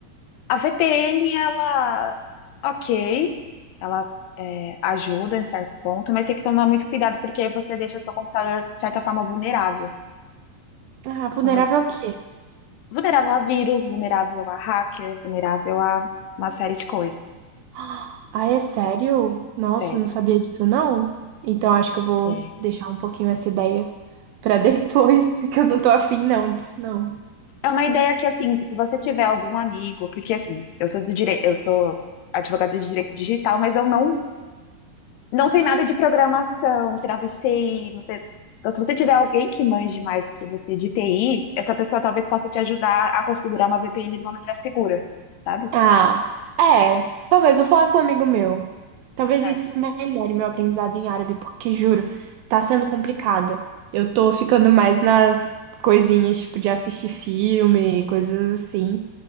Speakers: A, on the left; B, on the right.
A: a VPN, ela Ok, ela é, ajuda em certo ponto, mas tem que tomar muito cuidado porque aí você deixa seu computador, de certa forma, vulnerável.
B: Ah, vulnerável
A: Quando-
B: ao quê?
A: vulnerável a vírus, vulnerável a hacker, vulnerável a uma série de coisas.
B: Ah, é sério? Nossa,
A: Sério.
B: eu não sabia disso, não. Então, acho que eu vou
A: É,
B: deixar um pouquinho essa ideia para depois, <laughs> porque eu não tô afim, não, disso, não.
A: é uma ideia que, assim, se você tiver algum amigo, porque, assim, eu sou do direito, eu sou advogada de direito digital, mas eu não Não sei
B: Ai,
A: nada de programação, não sei nada de TI, não sei. Então, se você tiver alguém que manje mais do que você de TI, essa pessoa talvez possa te ajudar a configurar uma VPN de uma maneira segura, sabe?
B: Ah, é. Talvez vou falar com um amigo meu. Talvez
A: É.
B: isso melhore meu aprendizado em árabe, porque juro, tá sendo complicado. Eu tô ficando mais nas coisinhas, tipo, de assistir filme, coisas assim,